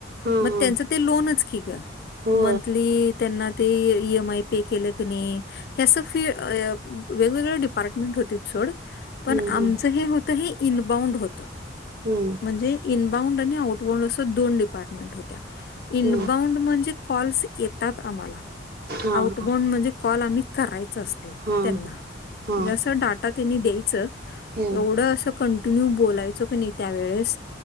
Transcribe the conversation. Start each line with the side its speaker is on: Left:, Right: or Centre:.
Right: हा
Left: मग
Right: हा
Left: त्यांच ते लोनच की ग
Right: हो
Left: मंथ ली त्यांना ते इ एम आय पे केलं क नाही हे असं फी वेगवेगळ डिपार्टमेंट होतीत सोड पण
Right: हम्म
Left: आमचं हे होतं हे इनबाउंड होतं
Right: हू
Left: म्हणजे इन्बाऊंड आणि आउटबाउंड असे दोन डिपार्टमेंट होत्या इन्बाऊंड
Right: हम्म हम्म
Left: म्हणजे कॉल्स येतात आम्हाला
Right: हा
Left: आउटबोन म्हणजे कॉल आम्ही करायच असतय
Right: हा हा
Left: त्यांना
Right: हा
Left: जस डाटा द्यायच
Right: हम्म
Left: एवढं अस कंटिन्यू बोलायचं कनी त्यावेळेस